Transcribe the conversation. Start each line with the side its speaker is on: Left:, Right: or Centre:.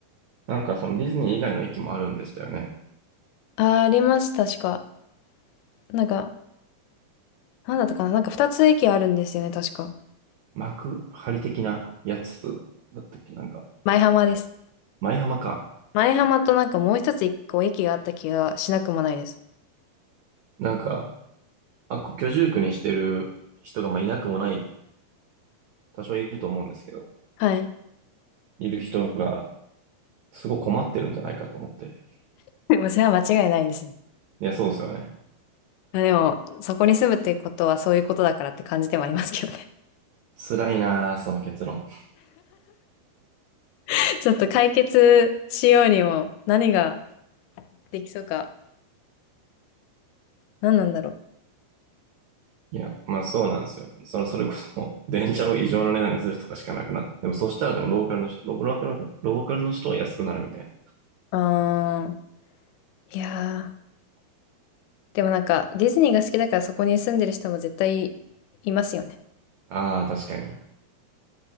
Right: なんかそのディズニー以外の駅もあるんでしたよね。
Left: あー、あります、確か。なんか、なんだったかな、なんか2つ駅あるんですよね、確か。
Right: 幕張的なやつだったっけなんか、
Left: 前浜です。
Right: 舞浜か。
Left: 前浜となんかもう一つ一個駅があった気がしなくもないです。
Right: なんか、あっこ居住区にしてる人がまあいなくもない、多少いると思うんですけど、
Left: はい。
Right: いる人がすごい困ってるんじゃないかと思って。
Left: でもそれは間違いないですね。
Right: いや、そうですよね。
Left: まあでも、そこに住むってことはそういうことだからって感じでもありますけどね。
Right: 辛いなあその結論。
Left: <laughs> ちょっと解決しようにも何ができそうか。何なんだろ
Right: いや、まあそうなんですよ。その、それこそ、電車を異常な値段にするとかしかなくなって。でもそしたらでもローカルの人、ローカル、ローカルの人は安くなるみたい
Left: う。あー、いやー。でもなんかディズニーが好きだからそこに住んでる人も絶対いますよね。
Right: な。ああ、確かに。